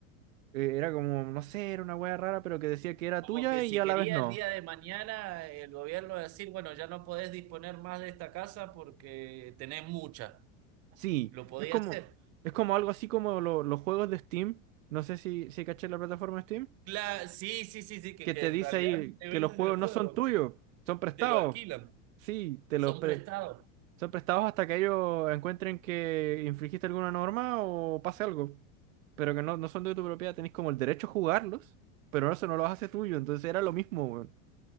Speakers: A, on the right; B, on the right.
A: eh, era como, no sé, era una wea rara, pero que decía que era
B: Como
A: tuya
B: que si
A: y a
B: quería
A: la vez no.
B: el día de mañana el gobierno decir, bueno, ya no podés disponer más de esta casa porque tenés mucha.
A: Sí,
B: Lo podía
A: es como,
B: hacer.
A: es como algo así como lo- los juegos de Steam. No sé si, si caché la plataforma de Steam.
B: Cla- sí, sí, sí, sí, que,
A: Que
B: que
A: te
B: en
A: dice
B: realidad
A: ahí
B: no te
A: que
B: venden
A: los juegos
B: el juego,
A: no son tuyos,
B: te,
A: son prestados.
B: te lo alquilan.
A: Sí, te
B: Son
A: los pre-
B: prestados.
A: son prestados hasta que ellos encuentren que infringiste alguna norma o pase algo. Pero que no, no son de tu propiedad, tenés como el derecho a jugarlos, pero eso no los hace tuyo. Entonces era lo mismo, weón.